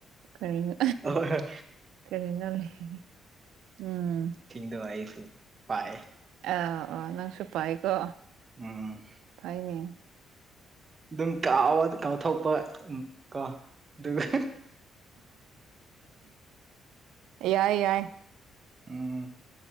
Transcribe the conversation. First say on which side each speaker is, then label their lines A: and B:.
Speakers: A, on the right (about 90°); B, on the right (about 35°).
A: ꯀꯔꯤꯅꯣ
B: ꯑꯍꯣꯏ ꯍꯣꯏ
A: ꯀꯔꯤꯅꯣ ꯂꯩ ꯎꯝ
B: ꯗꯣ ꯑꯩꯁꯨ ꯄꯥꯏ
A: ꯑꯣ ꯑꯥ ꯅꯪꯁꯨ ꯄꯥꯏꯀꯣ
B: ꯎꯝ
A: ꯐꯩꯅꯦ
B: ꯑꯗꯨꯝ ꯀꯋꯥꯗ ꯀꯥꯎꯊꯣꯛꯄ ꯀꯣ ꯑꯗꯨꯒ
A: ꯌꯥꯏ ꯌꯥꯏ
B: ꯎꯝ